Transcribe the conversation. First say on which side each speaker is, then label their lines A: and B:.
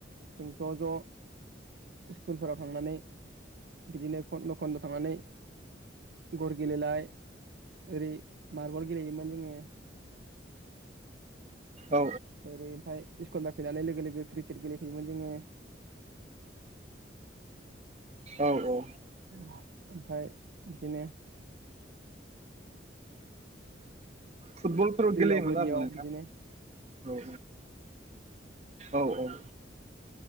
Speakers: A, on the right; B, on the right.
A: जों ज' ज' स्कुलफोराव थांनानै बिदिनो खन्द' खन्द' थांनानै गर गेलेलाय ओरै मारबल गेलेयोमोन जोङो ।
B: औ
A: ओरै ओमफ्राय स्कुल निफाय फैनानै लोगो लोगो क्रिकेट गेलेफयोमोन जोङो ।
B: औ औ।
A: ओ ओमफ्राय बिदिनो
B: फुटबलफोर
A: दैयाव
B: गेलेयोमोन
A: बोरियाव
B: आरो नोंथां?
A: बिदिनो
B: औ औ औ औ